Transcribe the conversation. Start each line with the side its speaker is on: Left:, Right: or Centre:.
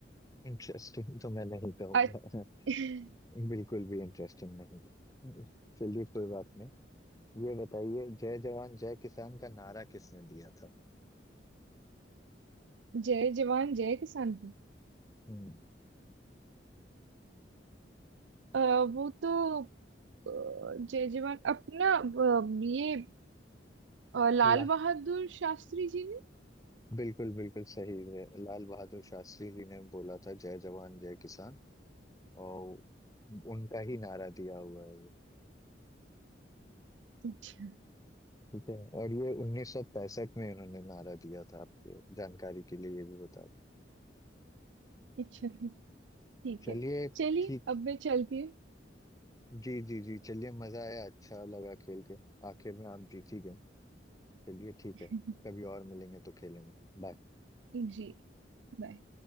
Left: इंटरेस्टिंग तो मैं नहीं कहूंगा
Right: आज- <laughs>
Left: <laughs> बिल्कुल भी इंटरेस्टिंग नहीं था चलिए कोई बात नहीं ये बताइए जय जवान जय किसान का नारा किसने दिया था
Right: जय जवान जय किसान का
Left: हम्म,
Right: अ, वो तो अ, जय जवान अपना अ, ये अ, लाल
Left: ला
Right: बहादुर शास्त्री जी ने
Left: बिल्कुल बिल्कुल सही है लाल बहादुर शास्त्री जी ने बोला था जय जवान जय किसान और उनका ही नारा दिया हुआ है ये
Right: अच्छा
Left: ठीक है और ये 1965 में उन्होंने नारा दिया था आपको जानकारी के लिए ये भी बता दूं।
Right: अच्छा ठीक
Left: चलिए
Right: है चलिए
Left: ठीक
Right: अब मैं चलती हूँ
Left: जी जी जी चलिए मजा आया अच्छा लगा खेल के आखिर में आप जीत ही गए चलिए ठीक
Right: <laughs>
Left: है कभी और मिलेंगे तो खेलेंगे बाय
Right: जी बाय